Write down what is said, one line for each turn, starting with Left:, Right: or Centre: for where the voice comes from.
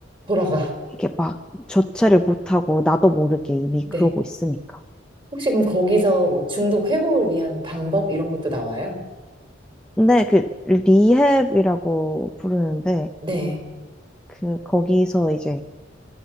Right: 돌아가.
Centre: 이게 막 조체를 못하고 나도 모르게 이미
Right: 네.
Centre: 그러고 있으니까.
Right: 혹시 그럼 거기서 뭐 중독 회복을 위한 방법 이런 것도 나와요?
Centre: 근데 그 리헵이라고 부르는데
Right: 네.
Centre: 그 거기서 이제